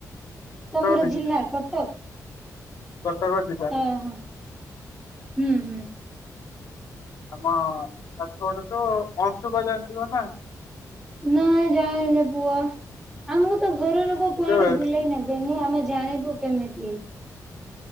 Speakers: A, in the centre; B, on the left.
A: ତମର
B: ଡିଷ୍ଟ୍ରିକ୍ଟ
A: ଜିଲ୍ଲା କଟକ?
B: କଟକ ଜିଲ୍ଲା।
A: ଓହୋ ହୁଁ ହୁଁ।
B: ଆମ ଆଠଗଡ଼ରେ ତ ଅଂଶୁପା ଜାଣିଥିବ ନା?
A: ନାଇଁ ଜାଣିନି ପୁଅ ଆମକୁ ତ ଘର ଲୋକ କୁଆଡେ
B: ଯୋଉ
A: ବୁଲେଇ ନେବେ ବେନି ଆମେ ଜାଣିବୁ କେମିତି।